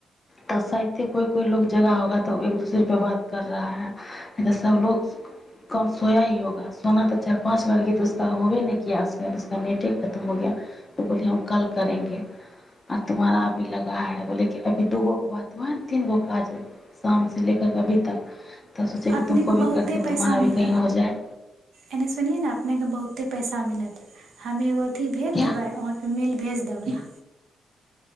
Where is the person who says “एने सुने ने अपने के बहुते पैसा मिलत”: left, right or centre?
Right